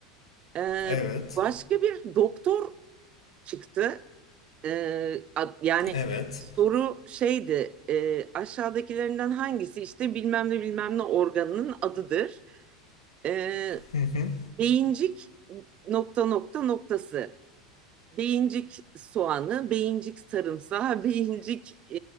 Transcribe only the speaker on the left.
Evet.
Evet.
Hı hı.